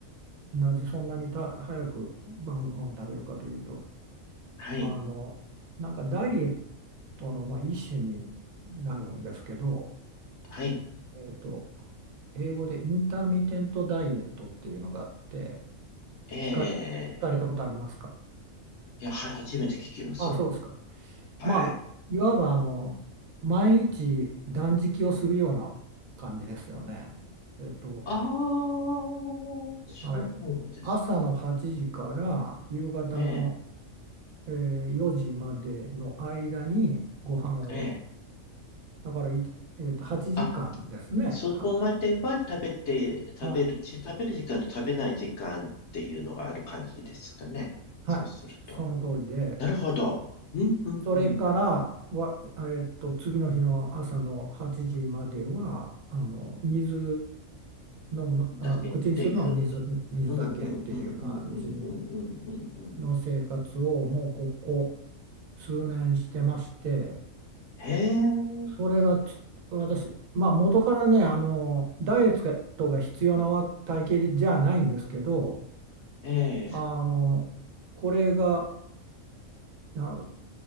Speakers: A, on the right; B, on the left.
A: なぜそんなにた早く晩ご飯を食べるかというと、
B: はい。
A: あの、なんかダイエットのまあ一種になるんですけど、
B: はい。
A: えっと、英語でインターミテントダイエットっていうのがあって、
B: ええ
A: 聞か、聞かれたことありますか
B: いや、は、初めて聞きます。
A: あ、そうですか。
B: はい。
A: まあ、いわばあの、毎日断食をするような感じですよね。えっと、
B: ああ、そうです。
A: はい、朝の8時から夕方の、
B: ええ
A: えー4時までの間にご飯を、
B: ええ
A: だからい、えーと、8時間ですね。
B: あ、そこまでは食べて、
A: は、
B: 食べる、
A: はい、
B: 食べる時間と食べない時間っていうのがある感じですかね。
A: はい、
B: そうすると。
A: その通りで、
B: なるほど。うん、うん、
A: それからは、
B: うん。
A: えーと、次の日の朝の8時までは、あの水飲むの、
B: だけっていう。
A: あの口にするのは水、水だけっていう感じ
B: うん、うん、うん、うん、うん、うん、うん、うん。うん
A: の生活をもうここ数年してまして。
B: へえ、
A: それがち私、まあ、元からねあのダイエットが必要なわ体型じゃないんですけど
B: ええ
A: あのこれがあの